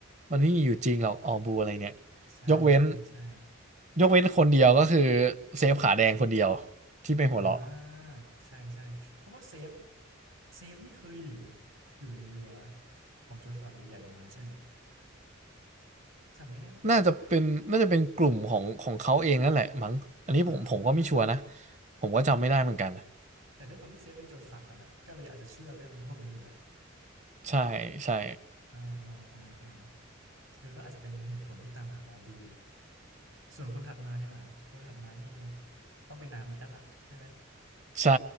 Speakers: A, on the right; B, on the right.
A: มันไม่มีอยู่จริงหรอกออบูอะไรเนี่ย
B: ใช่ใช่ใช่
A: ยกเว้นยกเว้นคนเดียวก็คือเซฟขาแดงคนเดียวที่ไปหัวเราะ
B: อ่าใช่ใช่เพราะว่าเซฟเซฟนี่เคยอยู่อยู่ในเรือของโจรสลัดใหญ่ๆมาใช่ไหมจำไม่ได้ว่า
A: น่าจะเป็นน่าจะเป็นกลุ่มของของเขาเองนั่นแหละมั้งอันนี้ผมผมก็ไม่ชัวร์นะ
B: อ่า
A: ผมก็จำไม่ได้เหมือนกัน
B: แต่ด้วยความที่เซฟเป็นโจรสลัดอะนะก็เลยอาจจะเชื่อเรื่องพวกนี้อยู่แล้ว
A: ใช่ใช่
B: อ่าอ่าอ่าอ่าเออก็อาจจะเป็นเหตุผลที่ตามหาออ l ลูส่วนคนถัดมาเนี่ยว่าคนถัดมานี่ต้องเป็นนามิแล้วล่ะใช่ไหม
A: ใช่